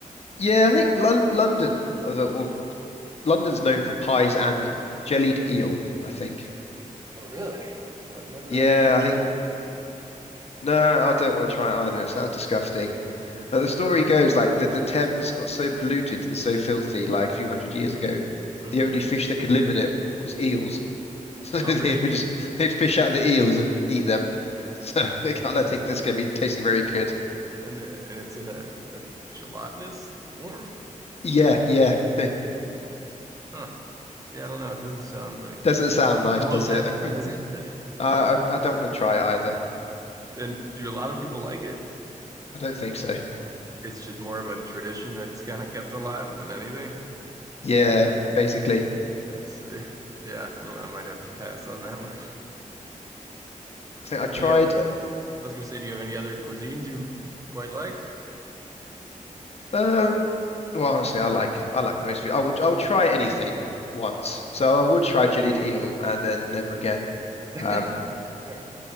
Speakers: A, on the left; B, on the right.
A: Yeah, I think Lon London, uh, the- or London's known for pies and jellied eel, I think.
B: Oh, really? So I've never
A: Yeah,
B: I've never
A: I
B: tried
A: think
B: that either.
A: no, I don't want to try it either. It sounds disgusting. But the story goes like the, the Thames got so polluted and so filthy like a few hundred years ago,
B: Mm-hmm.
A: the only fish that could live in it was eels. <laughs> So they
B: Oh, really?
A: would just they'd fish out the eels and eat them. So
B: <laughs>
A: <laughs> they can't,
B: Goodness.
A: I don't think that's going to be tasting very good.
B: And the, and it's in a, a gelatinous form?
A: Yeah, yeah. <laughs> It
B: Huh. Yeah, I don't know. It doesn't sound like
A: doesn't
B: too, the
A: sound
B: mo
A: nice,
B: the most
A: does
B: appetizing,
A: it? <laughs>
B: but
A: I I I don't want to try it either.
B: <laughs> and do a lot of people like it?
A: I don't think so.
B: It's just more of a tradition that's kind of kept alive than anything.
A: Yeah, basically.
B: I see. Yeah, I don't know. I might have to pass on that one. <laughs>
A: I think
B: Do
A: I tried
B: you have any other?
A: uh,
B: I was gonna say, do you have any other cuisines you you quite like?
A: um well honestly I like I like most food. I would I would try anything once. So I would try jellied eel and then never again.
B: <laughs>
A: Um
B: Yeah,